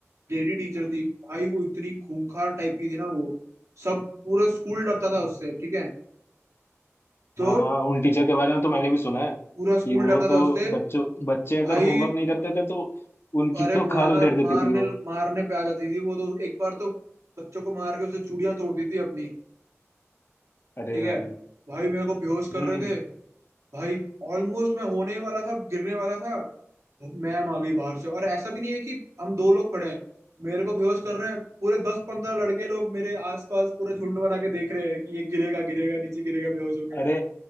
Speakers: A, on the right; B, on the left.
A: लेडी टीचर थी भाई वो इतनी खूंखार टाइप की थी ना वो सब पूरा स्कूल डरता था उससे ठीक है तो
B: हाँ हाँ उन टीचर के बारे में तो मैंने भी सुना है
A: पूरा स्कूल
B: कि वो
A: डरता
B: तो
A: था उससे
B: बच्चों बच्चे अगर
A: भाई
B: होमवर्क नहीं करते थे तो उनकी
A: अरे
B: तो
A: मार
B: खाल उधेड़ देती
A: मारने
B: थी वो
A: मारने पे आ जाती थी वो तो एक बार तो बच्चों को मार के उसने चूड़ियां तोड़ दी थी अपनी
B: अरे
A: ठीक
B: भाई
A: है भाई मेरे को बेहोश
B: हम्म
A: कर रहे थे भाई ऑलमोस्ट मैं होने ही वाला था गिरने वाला था मैम आ गई बाहर से और ऐसा भी नहीं है कि हम दो लोग खड़े हैं मेरे को बेहोश कर रहे हैं पूरे दस पंद्रह लड़के लोग मेरे आसपास पूरा झुंड बना के देख रहे हैं कि ये गिरेगा गिरेगा नीचे गिरेगा बेहोश होके
B: अरे